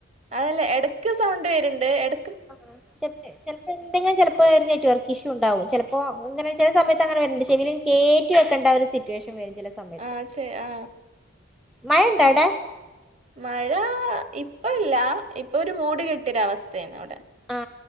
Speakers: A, on the right; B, in the centre.
A: അതല്ല എടക്ക് സൗണ്ട് വര്ണ്ട് എട
B: ആഹ് ത ന്നെ ചെലപ്പോ എന്തെങ്കിലും ചിലപ്പോ ഒരു നെറ്റ് വർക്ക് ഇഷ്യൂ ഉണ്ടാവും ചിലപ്പോ അങ്ങനെ ചില സമയത്ത് അങ്ങനെ വരണ്ട് ചെവീൽ കേറ്റി വെക്കണ്ട ഒരു സിറ്റുവേഷൻ വരും ചില സമയത്ത്
A: ആ ചെ ആ
B: മഴണ്ടാടേ
A: മഴ ഇപ്പ ഇല്ല ഇപ്പൊ ഒരു മൂടികെട്ടിയൊരവസ്ഥയാണ് ഇവിടെ
B: ആ